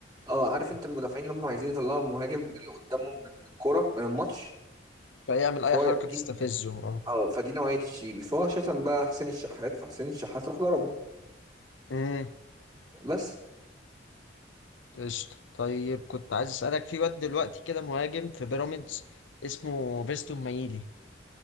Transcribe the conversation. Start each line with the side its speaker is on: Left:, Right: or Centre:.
Right: اه عارف
Left: امم
Right: انت المدافعين اللي هم عايزين يطلعوا المهاجم اللي قدامهم من الكرة من الماتش
Left: فيعمل
Right: فهو
Left: اي حركه
Right: دي
Left: تستفزه اه
Right: اه فدي نوعية الشيبي فهو شتم بقى حسين الشحات فحسين الشحات راح ضربه
Left: امم
Right: بس
Left: قشطة طيب كنت عايز أسألك في واد دلوقتي كده مهاجم في بيراميدز اسمه فيستون مايلي